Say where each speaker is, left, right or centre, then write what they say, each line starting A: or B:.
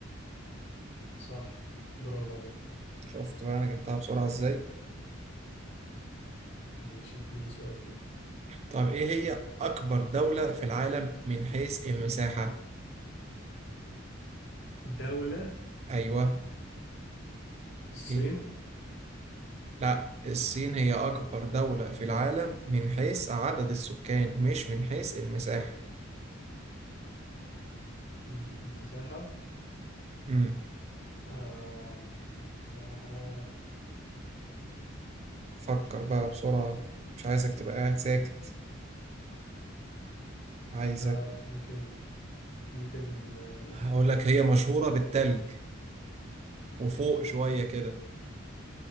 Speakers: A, on the left; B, on the right.
A: صح برافو عليك
B: شفت بقى أنا جبتها بسرعة إزاي
A: ماشي اديني سؤال كده
B: طب إيه هي أكبر دولة في العالم من حيث المساحة
A: دولة
B: أيوه
A: الصين
B: إيه لا الصين هي أكبر دولة في العالم من حيث عدد السكان مش من حيث المساحة
A: م- المساحة
B: امم
A: آه المساحة
B: فكر بقى بسرعة مش عايزك تبقى قاعد ساكت عايزك
A: مش عارف ممكن ممكن آه
B: هقول لك هي مشهورة بالتلج وفوق شوية كده